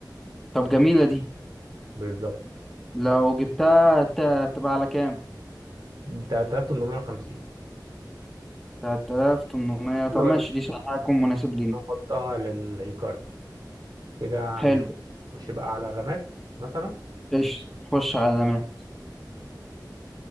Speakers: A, in the centre; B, on the right.
A: طب جميلة دي
B: بالظبط
A: لو جبتها ت- تبقى على كام؟
B: ب 3850
A: 3800 طب
B: اللي هو
A: ماشي
B: دي
A: دي سعرها هيكون مناسب لينا
B: نحطها لل- للكارت كده عايز
A: حلو
B: نخش بقى على الرامات مثلا
A: قشطة خش على الأمان